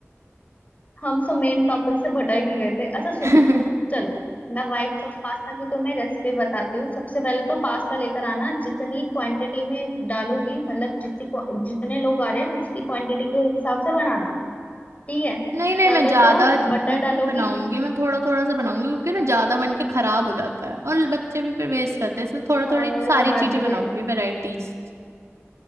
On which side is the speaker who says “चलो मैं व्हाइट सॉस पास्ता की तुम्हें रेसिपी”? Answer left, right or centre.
Left